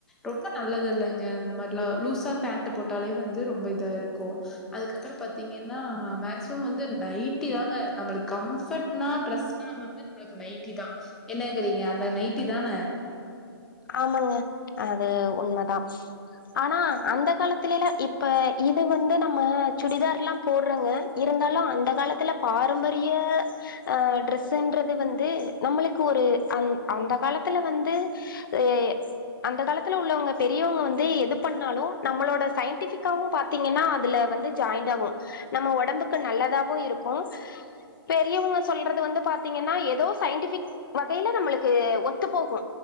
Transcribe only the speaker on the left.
ஆமாங்க அது உண்மதா ஆனா அந்த காலத்துலலா இப்ப இது வந்து நம்ம சுடிதார்லா போட்றோங்க இருந்தாலு அந்த காலத்துல பாரம்பரிய ஆ ட்ரஸ்ஸுன்றது வந்து நம்மளுக்கு ஒரு அந் அந்த காலத்துல வந்து சே அந்த காலத்துல உள்ளவங்க பெரியவங்க வந்து எது பண்ணாலு நம்மளோட சய்ன்ட்டிஃபிக்காவு பாத் தீங்கன்னா அதுல வந்து ஜாய்ண்ட் ஆகு நம்ம ஒடம்புக்கு நல்லதாவு இருக்கு பெரியவங்க சொல்றது வந்து பாத்தீங்கன்னா எதோ சய்ன்ட்டிஃபிக் வகைல நம்ளுக்கு ஒத்து போகு